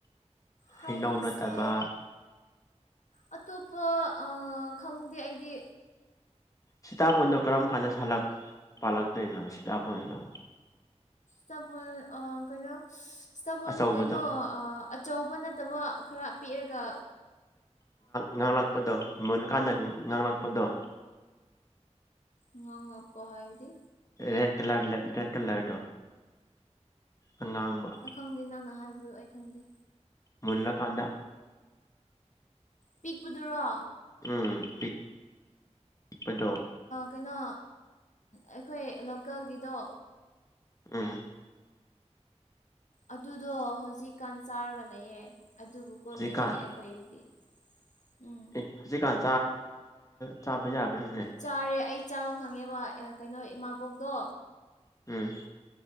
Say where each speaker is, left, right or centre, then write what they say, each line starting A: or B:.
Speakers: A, on the left (about 85°); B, on the left (about 25°).
A: ꯍꯩꯁꯦ
B: ꯍꯩꯅꯧ ꯅꯠꯇꯕ
A: ꯑꯇꯣꯞꯄ ꯈꯪꯗꯦ ꯑꯩꯗꯤ
B: ꯁꯤꯇꯥꯄꯣꯟꯗꯣ ꯀꯔꯝ ꯀꯥꯟꯗ ꯁꯥꯂ ꯄꯥꯜꯂꯛꯇꯣꯏꯅꯣ ꯁꯤꯇꯥꯄꯣꯟꯗꯣ
A: ꯁꯄꯅ ꯑ ꯀꯩꯅꯣ ꯁꯇꯥꯄꯟ
B: ꯑꯆꯧꯕꯗꯣ
A: ꯀꯩꯅꯣ ꯑꯆꯧꯕ ꯅꯠꯇꯕ ꯈꯔ ꯄꯤꯔꯒ
B: ꯉꯥꯡꯂꯛꯄꯗꯣ ꯃꯨꯜꯀꯥꯟꯗ ꯉꯥꯡꯂꯛꯄꯗꯣ
A: ꯉ ꯉꯄ ꯍꯥꯏꯥꯏꯕꯗꯤ
B: ꯔꯦꯠ ꯀꯂꯔ ꯔꯦꯠ ꯀꯂꯔꯗꯣ ꯑꯉꯥꯡꯕ
A: ꯈꯪꯗꯦ ꯅꯪꯅ ꯍꯥꯏꯕꯗꯨꯣ ꯑꯩ ꯈꯪꯗꯦ
B: ꯃꯂ ꯀꯥꯟꯗ
A: ꯄꯤꯛꯄꯗꯨꯔꯣ
B: ꯎꯝ ꯄꯤꯛ ꯄꯗꯦ
A: ꯀꯩꯅꯣ ꯑꯩꯈꯣꯏ ꯂꯣꯀꯦꯜꯒꯤꯗꯣ
B: ꯑ
A: ꯑꯗꯨꯗꯣ ꯍꯧꯖꯤꯛꯀꯥꯟ ꯆꯥꯔꯒ ꯂꯩꯌꯦꯦ ꯑꯗꯨꯕꯨꯀꯣ
B: ꯍꯧꯖꯤꯛꯀꯥꯟ
A: ꯂꯩꯇꯦ ꯍꯣꯏꯗꯗꯤ ꯎꯝ
B: ꯑꯦ ꯍꯧꯖꯤꯛꯀꯥꯟ ꯆꯥꯕ ꯌꯥꯕ꯭ꯔꯥꯅꯦ
A: ꯆꯥꯔꯦ ꯑꯩ ꯆꯥꯕ ꯐꯪꯉꯦꯕ ꯀꯩꯅꯣ ꯏꯃꯥꯕꯣꯛꯇꯣ
B: ꯎꯝ